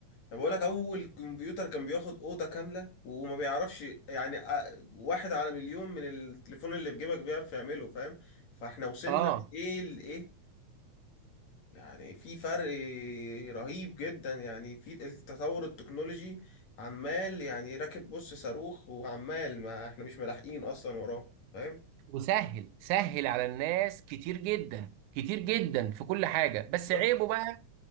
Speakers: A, on the left; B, on the right.
A: انا بقولك اول كمبيوتر كان بياخد اوضة كاملة وما بيعرفش يعني ا- واحد على مليون من التليفون اللي في جيبك بيعرف يعمله فاهم فاحنا وصلنا
B: اه
A: من ايه لايه يعني في فرق رهيب جدا يعني في التطور التكنولوجي عمال يعني راكب بص صاروخ وعمال ما احنا مش ملاحقين اصلا وراه فاهم
B: وسهل سهل على الناس كتير جدا كتير جدا في كل حاجه بس
A: بالظبط
B: عيبه بقى